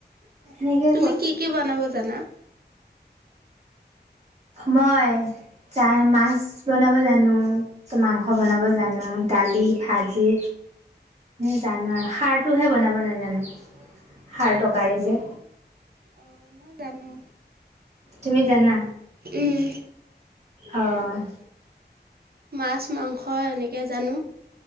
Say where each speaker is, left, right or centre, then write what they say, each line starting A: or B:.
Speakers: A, on the right (about 40°); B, on the right (about 60°).
A: এনেকে,
B: তুমি কি কি বনাব জানা?
A: মই, জাই মাছ বনাব জানো। মাংস বনাব জানো, দালি, ভাজি। জানো
B: অ',
A: আৰু সাৰটোহে বনাব নাজানো সাৰ তৰকাৰি যে,
B: অ' মইও জানো।
A: তুমি জানা,
B: উম
A: অ'।
B: মাছ, মাংস এনেকে জানো,